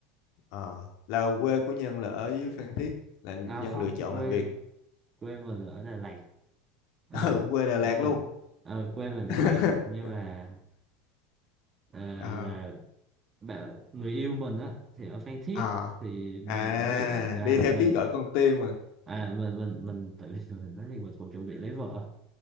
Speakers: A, on the left; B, on the right.
A: ờ. là quê của Nhân là ở dưới Phan Thiết là Nhân
B: à không
A: lựa chọn
B: quê
A: làm việc
B: quê mình ở Đà Lạt à,
A: <laughs> ừ, quê Đà Lạt
B: nhưng mà
A: luôn
B: ờ, quê mình Đà
A: <laughs>
B: Lạt nhưng mà ờ,
A: à
B: mà bạn người yêu mình á thì ở Phan Thiết
A: à,
B: thì mình
A: à
B: chuẩn bị à
A: đi theo
B: mình
A: tiếng gọi con tim mà
B: à mình mình mình tự <laughs> mình nói thì mình cũng chuẩn bị lấy vợ